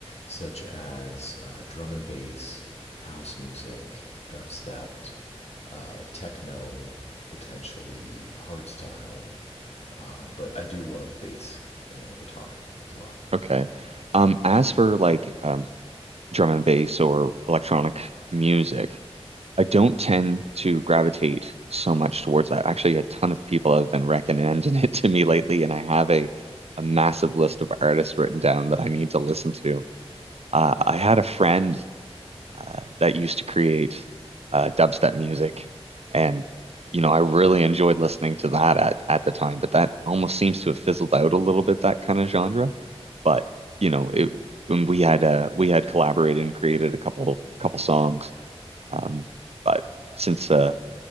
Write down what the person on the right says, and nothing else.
Okay. Um, as for like um, drum and bass or electronic music, I don't tend to gravitate so much towards that. Actually, a ton of people have been recommending <laughs> it to me lately, and I have a a massive list of artists written down that I need to listen to. Uh, I had a friend uh, that used to create uh, dubstep music, and you know I really enjoyed listening to that at at the time. But that almost seems to have fizzled out a little bit that kind of genre. But you know it when we had uh, we had collaborated and created a couple couple songs. Um, but since uh,